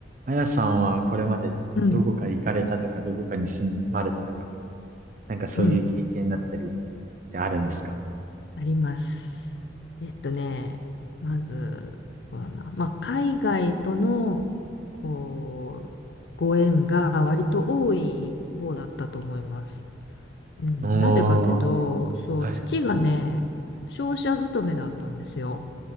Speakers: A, on the right; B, on the left.
A: あやさんはこれまでどこか行かれたとか、
B: うん、
A: どこかに住まれたとか、なんかそういう経験だったりっ
B: うん、
A: てあるんですか
B: あります。えっとね、まず、そうだな、まあ、海外との、こう、ご縁が割と多い方だったと思います。うん、
A: おー、
B: なんでかっていうと、そう、
A: はい。
B: 父がね、商社勤めだったんですよ。